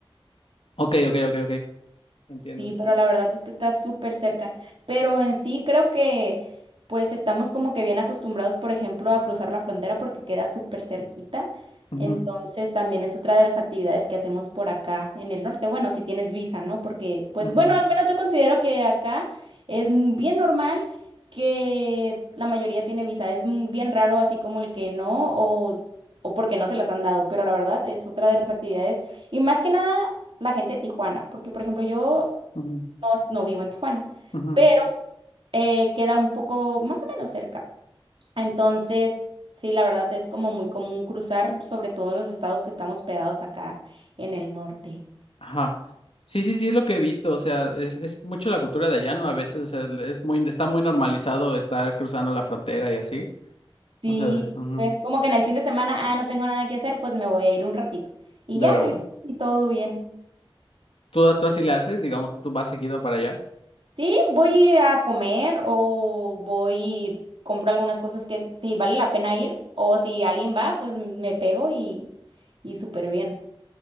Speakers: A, on the left; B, on the right.
A: Ok, ok, ok, ok. Entiendo.
B: Sí, pero la verdad es que está súper cerca. Pero en sí creo que pues estamos como que bien acostumbrados, por ejemplo, a cruzar la frontera porque queda súper cerquita.
A: Ujú,
B: Entonces también es otra de las actividades que hacemos por acá en el norte. Bueno, si tienes visa, ¿no? Porque pues
A: ujú,
B: bueno, al menos yo considero que acá es m- bien normal que la mayoría tiene visa. Es m- bien raro así como el que no o, o porque no se las han dado. Pero la verdad es otra de las actividades. Y más que nada la gente de Tijuana, porque por ejemplo yo
A: ujú,
B: no, es- no vivo en Tijuana,
A: ujú.
B: pero eh, queda un poco más o menos cerca. Entonces, sí, la verdad es como muy común cruzar, sobre todo en los estados que estamos pegados acá en el norte.
A: Ajá. Sí, sí, sí, es lo que he visto, o sea, es, es mucho la cultura de allá, ¿no? A veces, o sea, es muy, está muy normalizado estar cruzando la frontera y así,
B: Sí,
A: o sea, de, ujú,
B: ver, como que en el fin de semana, ah, no tengo nada que hacer, pues me voy a ir un ratito. Y
A: de
B: ya
A: verdad.
B: regreso y todo bien.
A: ¿Tú, tú así le haces, digamos, tú vas seguido para allá?
B: Sí, voy a comer o voy, compro algunas cosas que sí vale la pena ir, o si alguien va, pues me pego y, y súper bien.